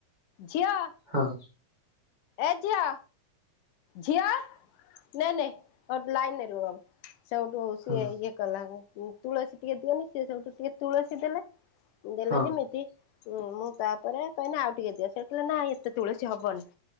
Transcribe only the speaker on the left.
ଝିଅ!
ଏ ଝିଅ ଝିଅ ନେ ନେ ଲାଇନ ରେ ରୁହ। ସେଉଠୁ ସିଏ
ଇଏ କଲା ତୁଳସୀ ଟିକେ ଦିଅନି ସେ ସେଉଠୁ ଟିକେ ତୁଳସୀ ଦେଲା ଦେଲେ
ଯେମିତି ହୁଁ ମୁଁ ତାପରେ କହିନି, ଆଉ ଟିକେ ଦିଅ ସେ କହିଲେ ନାଇ ଏତେ ତୁଳସୀ ହବନି